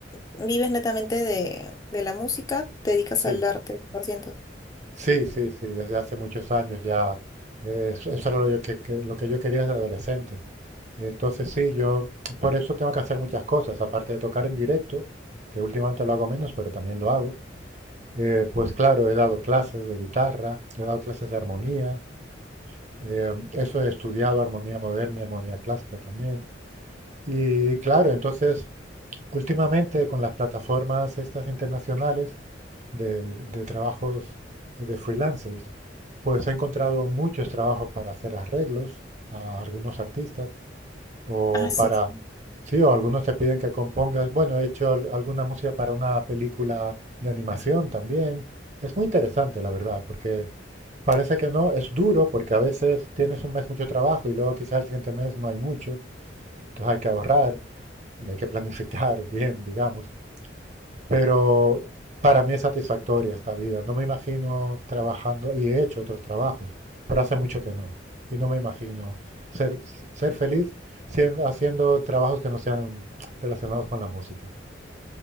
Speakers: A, on the left; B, on the right.
A: vives netamente de, de la música, te dedicas
B: sí,
A: al arte cien por ciento
B: sí, sí, sí, desde hace muchos años ya. eh, eso eso era lo yo que- que- lo que yo quería desde adolescente. Entonces sí, yo por eso tengo que hacer muchas cosas, aparte de tocar en directo, que últimamente lo hago menos, pero también lo hago. Eh, pues claro, he dado clases de guitarra, he dado clases de armonía, eh, eso he estudiado armonía moderna, armonía clásica también. Y claro, entonces últimamente con las plataformas estas internacionales de, de trabajos eh, de freelancers, pues he encontrado muchos trabajos para hacer arreglos a algunos artistas o
A: Ah, sí.
B: para...
A: sí.
B: Sí, o algunos te piden que compongas. Bueno, he hecho al- alguna música para una película de animación también. Es muy interesante, la verdad, porque parece que no, es duro porque a veces tienes un mes mucho trabajo y luego quizás el siguiente mes no hay mucho. Entonces hay que ahorrar y hay que planificar <laughs> bien, digamos. Pero para mí es satisfactoria esta vida. No me imagino trabajando, y he hecho otros trabajos, pero hace mucho que no. Y no me imagino ser, ser feliz sien- haciendo trabajos que no sean relacionados con la música.